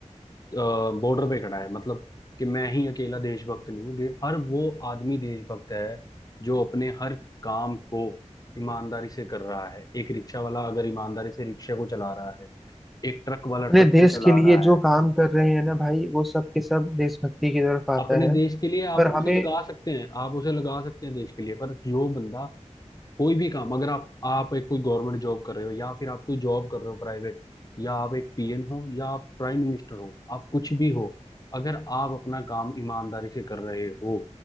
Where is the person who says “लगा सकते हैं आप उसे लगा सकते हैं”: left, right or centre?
Left